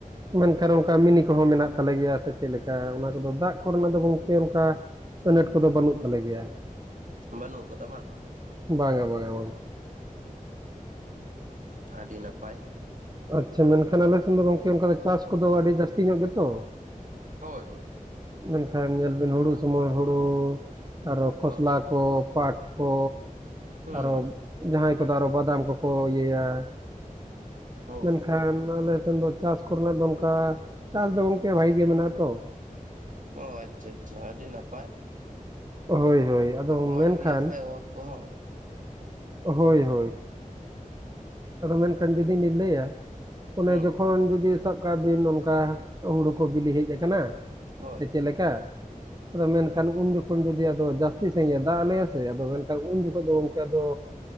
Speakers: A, on the right; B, on the right.
A: ᱢᱮᱱᱠᱷᱟᱱ ᱚᱱᱠᱟ ᱢᱤᱱᱤ ᱠᱚᱦᱚᱸ ᱢᱮᱱᱟᱜ ᱛᱟᱞᱮ ᱜᱮᱭᱟ ᱥᱮ ᱪᱮᱜ ᱞᱮᱠᱟ ᱚᱱᱟ ᱠᱚᱫᱚ ᱫᱟᱜ ᱠᱚᱨᱮᱱᱟᱜ ᱫᱚ ᱜᱚᱢᱠᱮ ᱚᱱᱠᱟ ᱟᱹᱱᱟᱹᱴ ᱠᱚᱫᱚ ᱵᱟᱹᱱᱩᱜ ᱛᱟᱞᱮ ᱜᱮᱭᱟ ᱾
B: ᱵᱟᱹᱱᱩᱜ ᱠᱟᱫᱟ ᱵᱟᱝ ᱾
A: ᱵᱟᱝᱟ ᱵᱟᱝᱟ ᱵᱟᱝᱟ
B: ᱟᱹᱰᱤ ᱱᱟᱯᱟᱭ
A: ᱟᱪᱪᱷᱟ ᱢᱮᱱᱠᱷᱟᱱ ᱟᱞᱮ ᱥᱮᱱ ᱫᱚ ᱜᱚᱝᱠᱮ ᱟᱝᱠᱟ ᱪᱟᱥ ᱠᱚᱫᱚ ᱟᱹᱰᱤ ᱡᱟᱹᱥᱛᱤ ᱧᱚᱜ ᱜᱮᱛᱚ
B: ᱦᱳᱭ ᱦᱳᱭ
A: ᱢᱮᱱᱠᱷᱟᱱ ᱧᱮᱞ ᱵᱤᱱ ᱦᱩᱲᱩ ᱥᱚᱢᱚᱭ ᱦᱩᱲᱩ ᱟᱨᱚ ᱠᱷᱚᱥᱞᱟ
B: ᱦᱳᱭ
A: ᱠᱚ ᱯᱟᱴ ᱠᱚ
B: ᱦᱩᱸ
A: ᱟᱨᱚ ᱡᱟᱦᱟᱸᱭ ᱠᱚᱫᱚ ᱟᱨᱚ ᱵᱟᱫᱟᱢ ᱠᱚᱠᱚ ᱤᱭᱟᱹᱭᱟ
B: ᱦᱳᱭ
A: ᱢᱮᱱᱠᱷᱟᱱ
B: ᱦᱳᱭ
A: ᱟᱞᱮᱥᱮᱱ ᱫᱚ ᱪᱟᱥ ᱠᱚᱨᱮᱱᱟᱜ ᱫᱚ ᱚᱱᱠᱟ ᱪᱟᱥ ᱫᱚ ᱜᱚᱝᱠᱮ ᱵᱷᱟᱜᱤ ᱜᱮ ᱢᱮᱱᱟᱜᱼᱟ ᱛᱚ
B: ᱚ ᱟᱪᱪᱷᱟ ᱟᱪᱪᱷᱟ ᱟᱹᱰᱤ ᱱᱟᱯᱟᱭ
A: ᱦᱳᱭ ᱦᱳᱭ ᱟᱫᱚ
B: ᱥᱚᱢᱟᱱ
A: ᱢᱮᱱᱠᱷᱟᱱ
B: ᱜᱮᱭᱟ ᱥᱮ ᱚᱛ ᱠᱚᱦᱚᱸ
A: ᱦᱳᱭ ᱦᱳᱭ ᱟᱫᱚ ᱢᱮᱱᱠᱷᱟᱱ ᱡᱩᱫᱤᱧ ᱞᱤᱧ ᱞᱟᱹᱭᱟ ᱚᱱᱮ
B: ᱦᱩᱸ
A: ᱡᱚᱠᱷᱚᱱ ᱡᱩᱚᱫᱤ ᱥᱟᱵ ᱠᱟᱜ ᱵᱤᱱ ᱚᱱᱠᱟ ᱦᱩᱲᱩ ᱠᱚ ᱵᱤᱞᱤ ᱦᱮᱡ ᱟᱠᱟᱱᱟ
B: ᱦᱳᱭ
A: ᱥᱮ ᱪᱮᱜ ᱞᱮᱠᱟ ᱟᱫᱚ ᱢᱮᱱᱠᱷᱟᱱ ᱩᱱ ᱡᱚᱠᱷᱚᱱ ᱡᱩᱫᱤ ᱟᱫᱚ ᱡᱟᱹᱥᱛᱤ ᱥᱟᱺᱦᱤᱡᱼᱮ ᱫᱟᱜ ᱟᱞᱮᱭᱟ ᱥᱮ ᱟᱫᱚ ᱢᱮᱱᱠᱷᱟᱱ ᱩᱱ ᱡᱚᱠᱷᱚᱡ ᱫᱚ ᱜᱚᱢᱠᱮ ᱟᱫᱚ